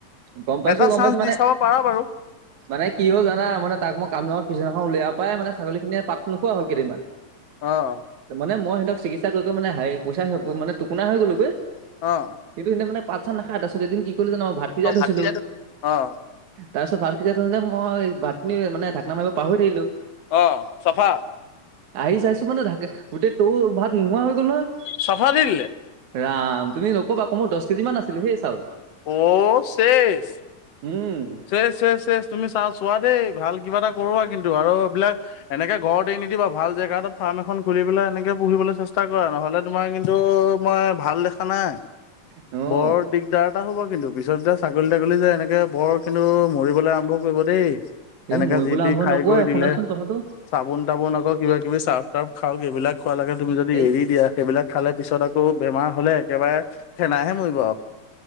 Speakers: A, on the right; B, on the left.
A: গম পাইছো
B: এটা
A: গম
B: চান্স
A: পাইছো মানে
B: দি চাব পাৰা বাৰু।
A: মানে কি হ'ল জানা, মানে তাক মই কামৰ পিছদিনাখন উলোৱা পাই মানে ছাগলিখিনিয়ে পাত নোখোৱা হ'ল কেইদিনমান।
B: অ',
A: মানে মই সিহঁতক চিকিৎসা কৰি কৰি মানে হেৰি পইচা মানে টোকোনা হৈ গ'লোগৈ।
B: অ',
A: কিন্তু এতিয়া মানে ভাত চাত নাখায়, তাৰপাছত এদিন কি কৰিলোঁ জা'ন ভাত সিজাই
B: অ
A: থৈছিলোঁ।
B: ভাতিজাটো অ
A: তাৰপিছত ভাত খিনি মই ভাত খিনি মানে ঢাকনা মাৰিব পাহৰি থাকিলোঁ।
B: অ', চাফা।
A: আহি চাইছোঁ মানে ঢাকে গোটেই তৌ ভাত নোহোৱা হৈ গ'ল নহয়।
B: চাফা দি দিলে।
A: ৰাম তুমি নক'বা আকৌ মোৰ দহ কেজি মান আছিলে সেই চাউল।
B: অ', শেষ।
A: উম্।
B: শেষ শেষ শেষ তুমি চাউল চোৱা দেই, ভাল কিবা এটা কৰা কিন্তু আৰু এইবিলাক। এনেকে ঘৰত এৰি নিদিবা, ভাল জেগা এতাত ফাৰ্ম এখন খুলি পেলাই এনেকে পুহিবলৈ চেষ্টা কৰা নহ'লে, তোমাৰ কিন্তু মই ভাল দেখা নাই।
A: অ',
B: বৰ দিগদাৰ এটা হ'ব কিন্তু পিছত যেতিয়া ছাগলী তাগলী যে এনেকে বৰ কিন্তু মৰিবলৈ আৰম্ভ কৰিব দেই।
A: এই
B: এনেকে
A: মৰিবলৈ
B: যি তি
A: আৰম্ভ
B: খাই
A: নকৰে
B: কৰি দিলে।
A: শুনাচোন কথাটো
B: চাবোন তাবোন আকৌ কিবা কিবি চাৰ্ফ তাৰ্ফ খাওঁক, এইবিলাক খোৱালেকে তুমি যদি
A: এই
B: এৰি দিয়া। সেইবিলাক খালে পিছত আকৌ বেমাৰ হ'লে একেবাৰে ফেনাইহে মৰিব আৰু।